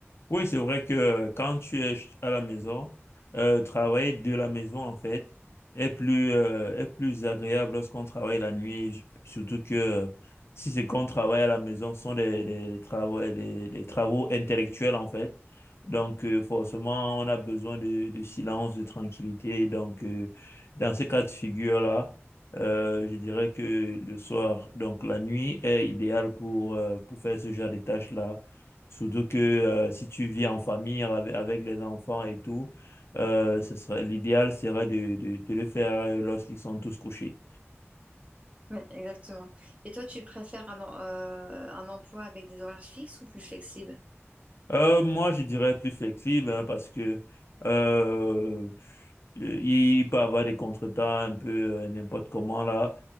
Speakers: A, on the left; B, on the right.
A: Oui, c'est vrai que euh, quand tu es ch- à la maison, euh, travailler de la maison, en fait, est plus, euh, est plus agréable lorsqu'on travaille la nuit, j- surtout que euh, si c'est qu'on travaille à la maison, ce sont des, des travaux, des, des travaux intellectuels, en fait. Donc, euh, forcément, on a besoin de, de silence, de tranquillité. Donc, euh, dans ces cas de figure-là, euh, je dirais que le soir, donc la nuit est idéale pour, euh, pour faire ce genre de tâches-là Surtout que euh, si tu vis en famille avec, avec les enfants et tout, euh, ce serait l'idéal serait de, de, de le faire euh, lorsqu'ils sont tous couchés.
B: Ouais, exactement. Et toi, tu préfères un, en- euh, un emploi avec des horaires fixes ou plus flexibles?
A: Euh, moi, je dirais plus flexible hein, parce que euh, euh, il peut avoir des contretemps un peu euh, n'importe comment là.